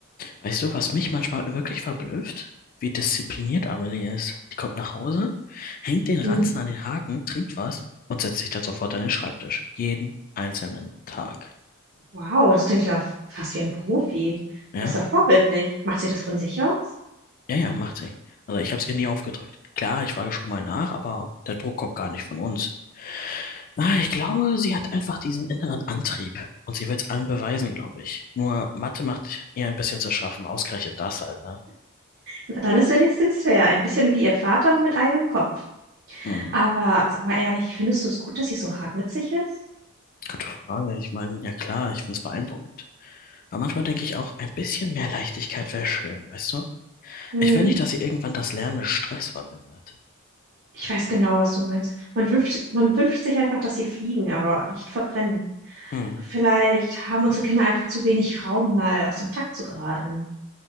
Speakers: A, on the left; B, on the right.
A: Weißt du, was mich manchmal wirklich verblüfft? Wie diszipliniert Amelie ist. Die kommt nach Hause, hängt den Ranzen
B: Mhm.
A: an den Haken, trinkt was und setzt sich dann sofort an den Schreibtisch. Jeden einzelnen Tag.
B: Wow, das klingt ja f- fast wie ein Profi.
A: Ja?
B: Ist ja vorbildlich. Macht sie das von sich aus?
A: Ja, ja, macht sie. Also ich habe es ihr nie aufgedrückt. Klar, ich frage schon mal nach, aber der Druck kommt gar nicht von uns. Ah, ich glaube, sie hat einfach diesen inneren Antrieb. Und sie will es allen beweisen, glaube ich. Nur Mathe macht ihr ein bisschen zu schaffen. Ausgerechnet das halt, ne?
B: Na, dann ist wenigstens fair. Ein bisschen wie ihr Vater, aber mit eigenem Kopf.
A: Hm,
B: Aber sag mal ehrlich, findest du es gut, dass sie so hart mit sich ist?
A: gute Frage. Ich meine, ja klar, ich find's beeindruckend. Aber manchmal denke ich auch, ein bisschen mehr Leichtigkeit wäre schön, weißt du?
B: Mhm.
A: Ich will nicht, dass sie irgendwann das Lernen mit Stress verbindet.
B: Ich weiß genau, was du meinst. Man wünscht, man wünscht sich einfach, dass sie fliegen, aber nicht verbrennen.
A: Hm.
B: Vielleicht haben unsere Kinder einfach zu wenig Raum, mal aus dem Takt zu geraten.